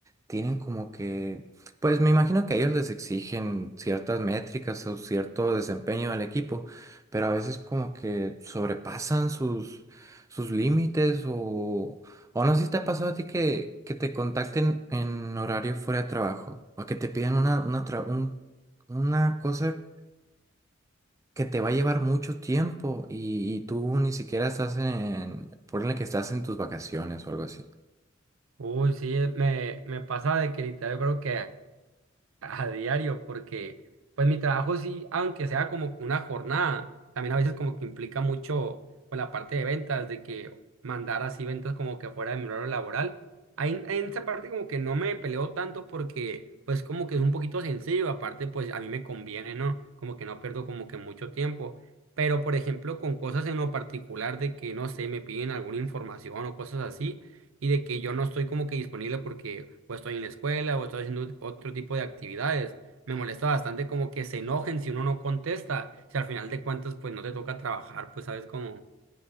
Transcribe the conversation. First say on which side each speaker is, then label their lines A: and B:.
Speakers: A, on the right (about 15°); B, on the right (about 80°).
A: tienen como que, pues me imagino que ellos les exigen ciertas métricas o cierto desempeño del equipo, pero a veces como que sobrepasan sus, sus límites o, o no sé si te ha pasado a ti que, que te contacten en horario fuera de trabajo o que te pidan una, una, tra- un- una cosa que te va a llevar mucho tiempo y, y tú ni siquiera estás en, ponle que estás en tus vacaciones o algo así.
B: uy, sí, eh, me, me pasa de que literal yo creo que a diario porque pues mi trabajo sí, aunque sea como una jornada, también a veces como que implica mucho pues la parte de ventas, de que mandar así ventas como que fuera de mi horario laboral. Ahí en en esa parte como que no me peleo tanto porque pues como que es un poquito sencillo, aparte pues a mí me conviene, ¿no? Como que no pierdo como que mucho tiempo. Pero por ejemplo con cosas en lo particular de que no sé, me piden alguna información o cosas así y de que yo no estoy como que disponible porque o estoy en la escuela o estoy haciendo otro tipo de actividades. Me molesta bastante como que se enojen si uno no contesta, si al final de cuentas pues no te toca trabajar, pues sabes cómo.